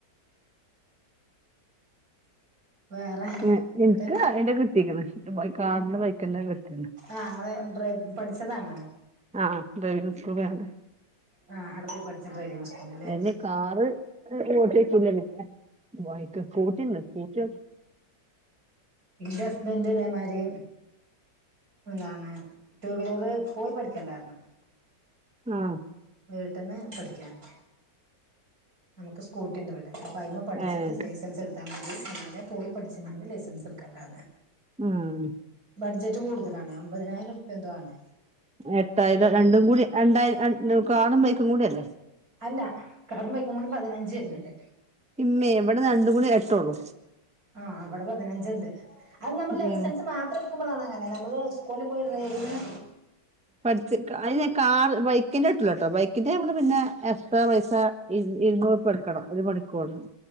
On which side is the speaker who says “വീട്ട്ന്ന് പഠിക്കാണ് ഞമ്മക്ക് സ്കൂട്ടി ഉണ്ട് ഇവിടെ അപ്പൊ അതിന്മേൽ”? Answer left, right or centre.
Right